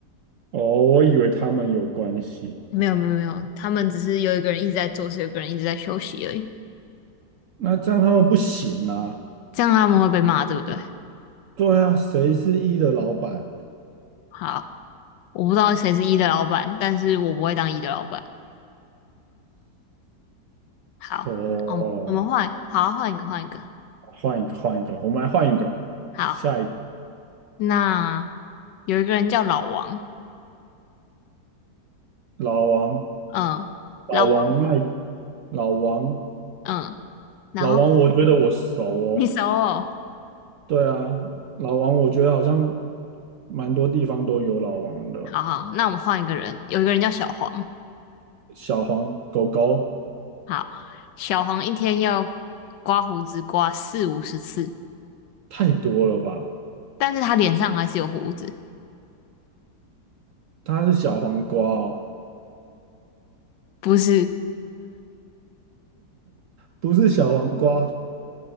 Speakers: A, on the right (about 65°); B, on the left (about 80°).
A: 哦，我以为他们有关系，
B: 没有没有没有，他们只是有一个人一直在做事，有一个人一直在休息而已。
A: 那这样他们不行啊。
B: 这样他们会被骂，对不对？
A: 对啊，谁是一的老板？
B: 好，我不知道谁是一的老板，但是我不会当一的老板。好，
A: 哦，
B: 嗯我们我们换，好，换一个，换一个。
A: 换一个，换一个，我们来换一个。
B: 好，
A: 下一个
B: 那有一个人叫老王，
A: 老王，
B: 嗯，
A: 老王卖，
B: 老王，
A: 老王
B: 嗯，然后
A: 老王，我觉得我熟哦。
B: <laughs> 你熟哦，
A: 对啊，老王，我觉得好像蛮多地方都有老王的。
B: 好好，那我们换一个人，有一个人叫小黄，
A: 小黄狗狗
B: 好，小黄一天要刮胡子刮四五十次，
A: 太多了吧？
B: 但是他脸上还是有胡子，
A: 它是小黄瓜哦，
B: 不是
A: 不是小黄瓜，